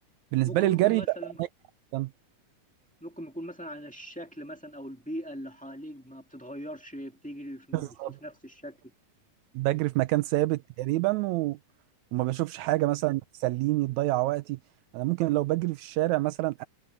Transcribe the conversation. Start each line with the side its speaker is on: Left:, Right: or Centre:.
Right: بالنسبة
Centre: ممكن
Right: لي الجري
Centre: يكون مثلا
Right: لا أنا
Centre: ممكن يكون مثلا عن الشكل مثلا او البيئه اللي حواليك ما بتتغيرش بتجري في ن-
Right: بالظبط
Centre: بتشوف نفس الشكل
Right: بجري في مكان ثابت تقريبا و... وما بشوفش حاجة مثلا تسليني تضيع وقتي انا ممكن لو بجري في الشارع مثلا